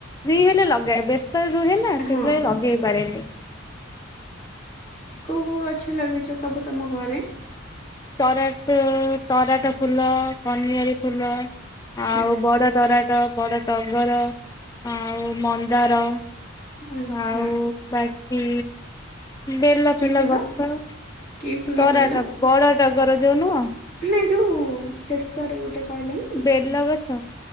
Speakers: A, on the left (about 15°); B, on the left (about 35°).
A: ଫ୍ରୀ ହେଲେ ଲଗାଏ, ବେଶ ସେଳେ <unintelligible> ରୁହେ ନା,
B: ହଁ
A: ସେଥିଲାଗି ଲଗେଇ ପାରେନି।
B: କୋଉ କୋଉ ଗଛ ଲଗେଇଛ? ସବୁ ତମ ଘରେ ।
A: ତରାଟ, ତରାଟ ଫୁଲ, କନିଆରୀ ଫୁଲ
B: ଆଛା
A: <unintelligible> ବଡ ଟଗର, ଆଉ ମନ୍ଦାର ।
B: ଆଛା
A: ଆଉ ବାକି ବେଲ
B: କି
A: ଫେଲ
B: ଫୁଲ
A: ଗଛ ।
B: କି ଫୁଲ
A: ତରାଟ,
B: କହିଲ?
A: ବଡ ଟଗର ଯୋଉ ନୁହଁ?
B: ନ ଯୋଉ ଶେଷରେ ଗୋଟେ କହିଲେନି
A: ବେଲ ଗଛ